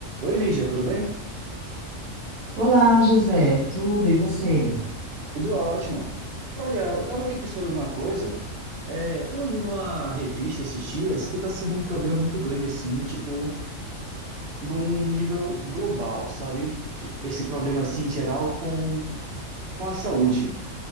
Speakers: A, on the right; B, on the right.
A: Oi, Lígia, tudo bem?
B: Olá, José, tudo e você?
A: Tudo ótimo. Olha, eu estava aqui pensando numa coisa. É, eu li numa revista esses dias que está sendo um problema muito grande, assim, tipo, num nível global, sabe? Esse problema, assim, em geral, com, com a saúde.